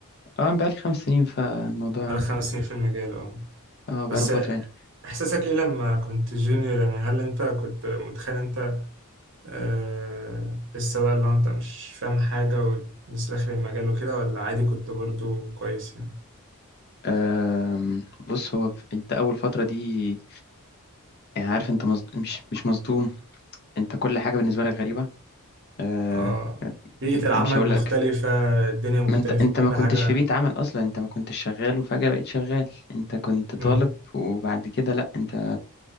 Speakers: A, on the left (about 45°); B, on the right (about 55°).
A: آه، بقالي خمس سنين فالموضوع
B: بقالك خمس سنين في المجال اه
A: اه بقاله
B: بس
A: فترة يعني
B: احساسك ايه لما كنت جونيور يعني هل انت كنت متخيل انت آه لسه بقى اللي هو انت مش فاهم حاجة ولسه داخل المجال وكده ولا عادي كنت برضو كويس يعني
A: آم، بص هو ف- انت اول فترة دي يعني عارف انت مصد... مش مش مصدوم انت كل حاجة بالنسبة لك غريبة آه،
B: اه بيئة العمل
A: مش هقول
B: مختلفة
A: لك
B: الدنيا مختلفة
A: ما انت انت
B: كل
A: ما كنتش
B: حاجة
A: في بيت عمل اصلا انت ما كنتش شغال وفجأة بقيت شغال انت كنت طالب
B: مم.
A: وبعد كده لا انت